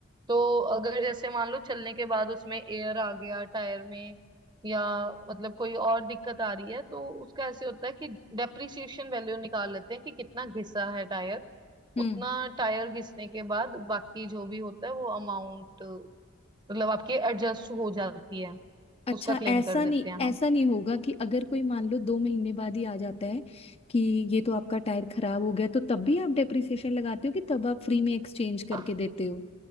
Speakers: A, on the right (about 25°); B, on the left (about 30°).
A: तो अगर जैसे मान लो चलने के बाद उसमें एयर आ गया टायर में या मतलब कोई और दिक्कत आ रही है तो उसका ऐसे होता है कि डेप्रिसिएशन वैल्यू निकाल लेते हैं कि कितना घिसा है टायर
B: हम्म
A: उतना टायर घिसने के बाद बाकी जो भी होता है वो अमाउंट मतलब आपकी एडजस्ट हो जाती है
B: अच्छा
A: उसका क्लेम
B: ऐसा
A: कर देते
B: नहीं
A: हैं
B: ऐसा नहीं होगा कि अगर कोई मान लो दो महीने बाद ही आ जाता है कि ये तो आपका टायर खराब हो गया तो तब भी आप डेप्रिसिएशन लगाते हो कि तब आप फ्री में एक्सचेंज करके
A: हम
B: देते